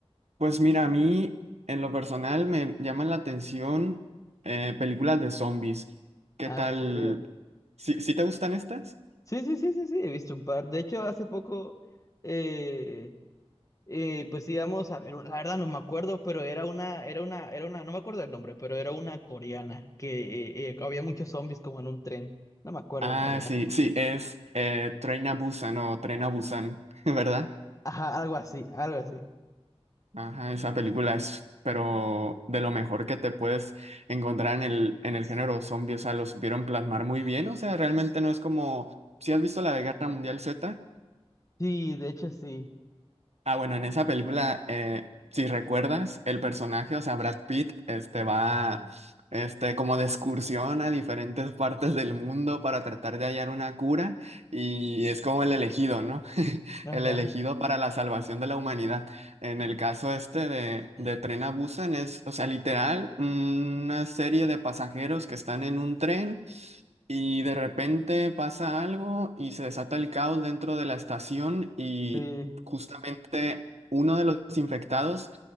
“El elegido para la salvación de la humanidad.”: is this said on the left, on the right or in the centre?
Right